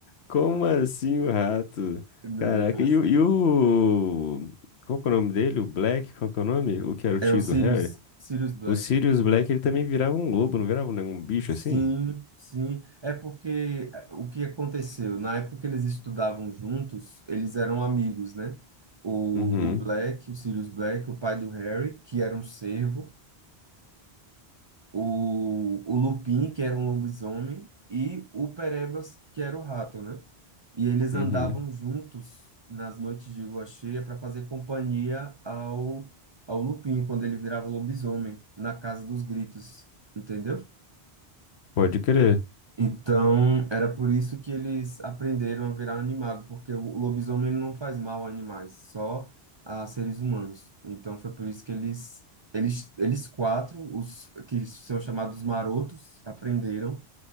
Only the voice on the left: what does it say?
Como assim o rato?
Caraca,
e, o. e o- Qual que é o nome dele? O Black? Qual que é o nome? O que era o
tio
do Harry?
O Sirius Black, ele também virava um lobo, não virava, né? Um bicho
assim?
Uhum,
uhum.
Pode crer.